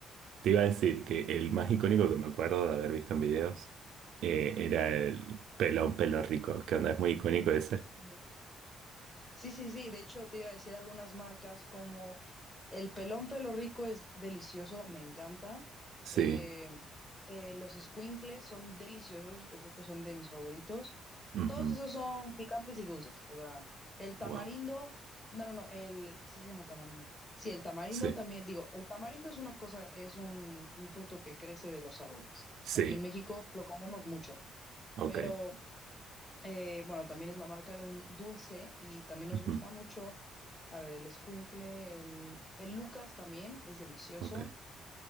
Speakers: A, on the right; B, on the left.
A: te iba a decir que el más icónico que me acuerdo de haber visto en videos eh, era el pelón pelo rico, que onda es muy icónico ese.
B: ujú. Sí, sí, sí. De hecho, te iba a decir algunas marcas como el pelón pelo rico es delicioso, me encanta.
A: Sí.
B: Eh, eh, los escuincles son deliciosos, yo creo que son de mis favoritos.
A: ujú,
B: Todos esos son picantes y dulces. O sea, el tamarindo,
A: Wow.
B: no, no, no, el, sí se llama tamarindo. Sí, el tamarindo
A: Sí,
B: también, digo, el tamarindo es una cosa, es un, un fruto que crece de los árboles.
A: sí,
B: Aquí en México lo comemos mucho,
A: ok.
B: pero eh, bueno, también es la marca de un dulce y también nos
A: ujú,
B: gusta mucho, a ver, el escuincle, el, el Lucas también es delicioso.
A: Ok.